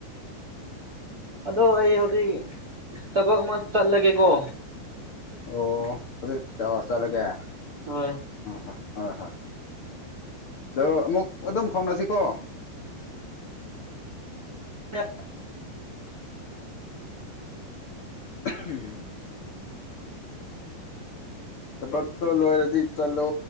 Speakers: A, on the right; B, on the left.
A: ꯑꯗꯣ ꯑꯩ ꯍꯧꯖꯤꯛ ꯊꯕꯛ ꯑꯃ ꯆꯠꯂꯒꯦꯀꯣ
B: ꯑꯣ ꯑꯗꯨ ꯆꯠꯂꯒꯦ ꯍ
A: ꯍꯣꯏ
B: ꯍꯣꯏ ꯍꯣꯏ ꯍꯣꯏ ꯑꯗꯣ ꯑꯃꯨꯛ ꯑꯗꯨꯝ ꯐꯣꯟꯅꯁꯤꯀꯣ
A: ꯑ
B: ꯎꯝ ꯍꯕꯛꯛꯇꯣ ꯂꯣꯏꯔꯗꯤ ꯆꯂꯣ